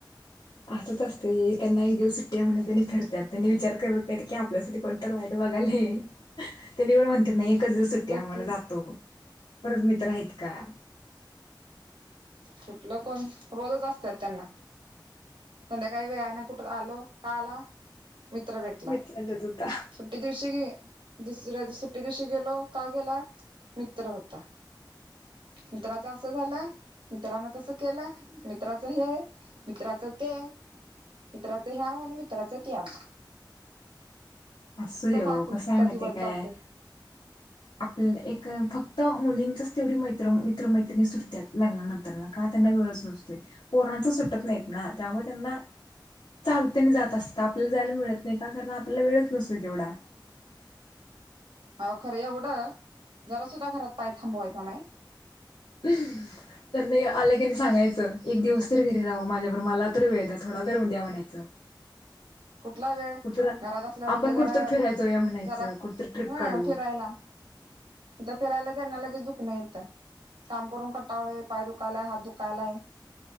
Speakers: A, on the left; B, on the right.
A: असच असतय, त्यांना एक दिवस सुट्टी म्हटल्यावर त्यांनी फिरत्यात त्यांनी विचार करत नाहित की आपल्यासाठी कोणत वाईट बघालय <inaudible> त्यांनी पण म्हणतात नाही एकच दिवस सुट्टी
B: बघ
A: आम्हाला
B: की
A: जातो परत मित्र आहेत का?
B: कुठलं कोण रोजच असतात त्यांना संध्याकाळी वेळ ना कुठे आलो. का आला? मित्र भेटला
A: मित्र जात होता
B: सुट्टी दिवशी ही दुसऱ्यास सुट्टी दिवशी गेलो का गेला मित्र होता मित्राच असं झालं मित्रांान तस केलं मित्राच हे आहे मित्राच ते आहे मित्राच ह्याव आणि मित्राच त याव
A: <inaudible> असू देव
B: अख्खा
A: कस आहे माहते
B: दिवस
A: काय
B: जातोय
A: आपलं एक फक्त मुलींचाच तेवढी म मित्र मैत्रणी सुटत्यात लागल्या नंतर का त्यांना वेळच नसतोय प सुटत नाही ना त्यामुळे त्यांना चालते आणि जात असतात आपल्याला जायला मिळत नाही का कारण आपल्याला वेळ नसतोय केवढा
B: अवो खरं एवढं जरा सुद्धा घरात पाय थांबवायचा नाही
A: हम् त्यां आलं की नाही सांगायचं एक दिवस तर घरी राहावं माझ्याबरोर मला तर वेळ द्या थोडा तर द्या म्हणायचं <inaudible>
B: कुठला वेळ
A: कुठं
B: घरात असला म्हणजे
A: आपण कुठंतर
B: जरा
A: फिरायला जाऊया म्हणायचं
B: जरा
A: कुठंतर ट्रिप काढू
B: हम फिरायला तथं फिरायला त्यांना लगेच दुख नाही येतं काम करून कटाळोय पाय दुखायलाय हात दुखायलाय